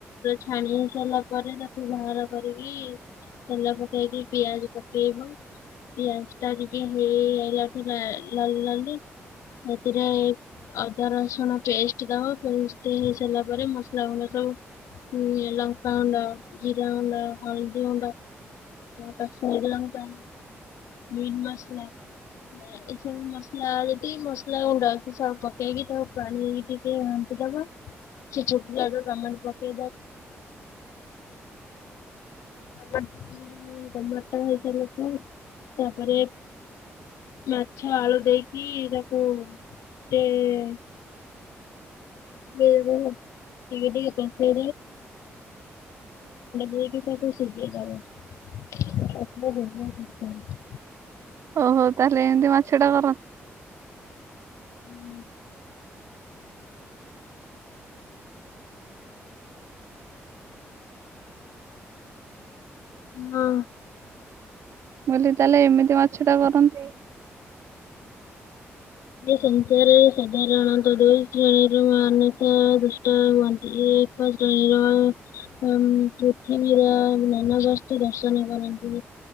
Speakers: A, on the left; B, on the right.
A: ଛାଣି ସାରିଲା ପରେ ତାକୁ ବାହାର କରିକି ତେଲ ପକେଇ କି ପିଆଜ ପକେଇବ। ପିଆଜଟା ଟିକେ ହେଇ ଆଇଲାକୁ ନାଲି ଲାଲି ସେଥିରେ ଅଦା ରସୁଣ ପେଷ୍ଟ ଦବ ପେଷ୍ଟ ହେଇସାରିଲା ପରେ ମସଲା ଗୁଣ୍ଡ ଲଙ୍କାଗୁଣ୍ଡ ଜିରାଗୁଣ୍ଡ ହଳଦିଗୁଣ୍ଡ। କଶ୍ମୀର ଲଙ୍କା, ମୀଟ ମସଲା। ଏସବୁ ମସଲା ଯେତିକି ମସଲାଗୁଣ୍ଡ ଅଛି ସବୁ ପକେଇକି ତାକୁ ପାଣିରେି ଟିକେ ଦବା ସେ ଛଟି ଟମାଟୋ। କେ କଣ ଟମାଟର ହେଇସାରିକି। ତାପରେ ମାଛ, ଆଳୁ ଦେଇକି ଏ ତାାକୁ। ଏ। <unintelligible> ଆମ୍ବୁଲ ଖଣ୍ଡେ ଦେଇ କି ତାକୁ ସିଝେଇ ଦବ। <unintelligible>
B: ଓହୋ ତାହେଲେ ଏମିତି ମାଛଟା କର।
A: ହୁଁ। ହଁ।
B: ମୁଁ କହିଲି ତାହେଲେ ଏମିତି ମାଛଟା କରନ୍ତି।
A: ସଂସାର ସାଧାରଣତ ଦୁଇ ଶ୍ରେଣୀର ମାନସ ଦୁଷ୍ଟ ମନ୍ତି <inaudible> <unintelligible> ହ ପୃଥିବୀର ନାନବସ୍ତି ଦର୍ଶନ କରନ୍ତି।